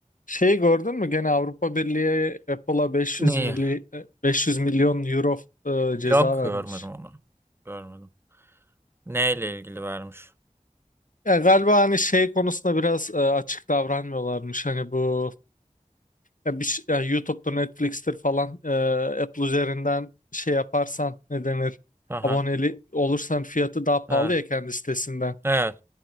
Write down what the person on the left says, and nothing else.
Şeyi gördün mü? Gene Avrupa Birliği Apple'a 500
mili, 500 milyon euro e, ceza
vermiş.
Ya galiba hani şey konusunda biraz e, açık davranmıyorlarmış. Hani bu ya bir, ş- ya YouTube'dur, Netflix'tir falan e, Apple üzerinden şey yaparsan ne denir?
Aboneli olursan fiyatı daha
pahalı ya kendi sitesinden.